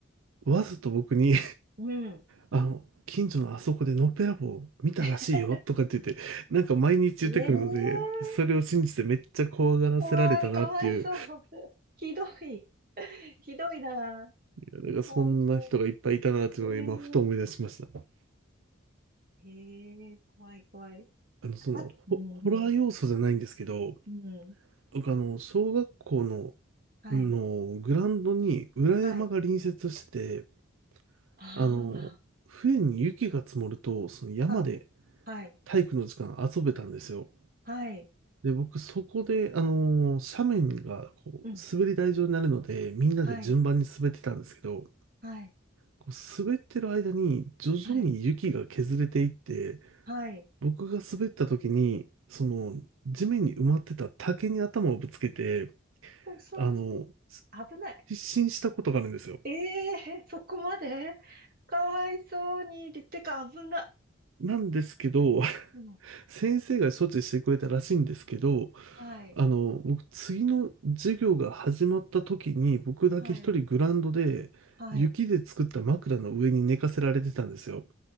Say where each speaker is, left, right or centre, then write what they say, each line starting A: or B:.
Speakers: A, on the right; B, on the right.
A: わざと僕に
B: うん。
A: あの、近所のあそこでのっぺらぼう見たらしいよとかって言って、
B: <laughs>
A: なんか毎日言ってくるので、
B: ええ
A: それを信じてめっちゃ怖がらせられたなっていう、
B: 怖い、かわいそう。
A: い
B: <laughs> ひどい。<laughs> ひどいな。
A: やなんかそんな人がいっぱいいたなっていうのが今ふと思い出しました。
B: かわいそう。ええええ怖い、怖い。
A: あの、その、
B: あ、うん、
A: ホ、ホラー要素じゃないんですけど、
B: うん、うん。
A: 僕あの、小学校の、
B: はい、
A: のグラウンドに裏山が隣接してて、
B: はい。あ
A: あの、冬に雪が積もると、その山で
B: あ、はい、はい、
A: 体育の時間遊べたんですよ。
B: はい、
A: で、僕、そこで、あのー斜面が、こう、
B: うん、
A: 滑り台状になるので、みんなで順番に滑ってたんですけど、
B: はい、はい、
A: こう滑ってる間に、徐々に雪が削れていって、
B: はい、はい。
A: 僕が滑った時に、その、地面に埋まってた竹に頭をぶつけて、
B: そうそうそ
A: あの、す
B: う。危ない。
A: 失神したことがあるんですよ。
B: ええそこまでかわいそうに。でてか、危な。
A: なんですけど、<laughs>
B: うん。
A: 先生が処置してくれたらしいんですけど、
B: はい。
A: あの、僕、次の授業が始まった時に、僕だけ一人グラウンドで、
B: はい。はい。
A: 雪で作った枕の上に寝かせられてたんですよ。